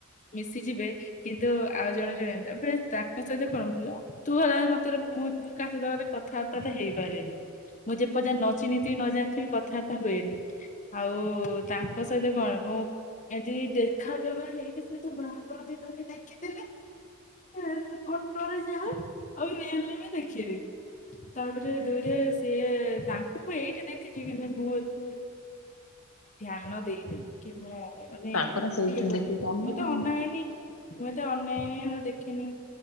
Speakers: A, on the left (about 35°); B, on the left (about 75°).
A: ମିଶିଯିବେ। କିନ୍ତୁ ଆଉ ଜଣେ ଜଣେ ତାପରେ ତାଙ୍କ ସହିତ କଣ ମୁଁ ତୁ ହେଲା ମତେ ରେ ମୁଁ ମୁଁ କାହା ସାତରେ କଥାବାର୍ତ୍ତା ତ ହେଇପାରେନି। ମୁଁ ଯେ ପର୍ଯ୍ୟନ୍ତ ନ ଚିହିଁଥିବି ନ ଜାଣିଥିବି କଥାବାର୍ତ୍ତା ହୁଏନି। ଆଉ ତାଙ୍କ ସହିତ କଣ ମୁଁ ଏମିତି ଦେଖା ଦେବା ହେଇକି ସେ ତୋ ବାହାଘର ଦିନ ତା ପରେ ଦେଖିଦେଲେ ଏ ସେ ଫଟୋରେ ଯାହା ଆଉ ରିୟଲ ରେ ଦେଖିଲେ। ତାପରେ ଦୁଇରେ ସିଏ ତାଙ୍କୁ ମୁଁ ଏଇଠି ଦେଖିଛି କିନ୍ତୁ ମୁଁ ଏତେ ଧ୍ୟାନ ଦେଇନି କି ମୁଁ ମାନେ
B: ତାଙ୍କର
A: ଇଏ
B: ସେଇଠି
A: କରିବି
B: ଡେଲି କାମ
A: ମୁଁ ତ
B: ଆଉ।
A: ଅନାଏନି। ମୁଁ ଏତେ ଅନାଏନି ଦେଖିନି।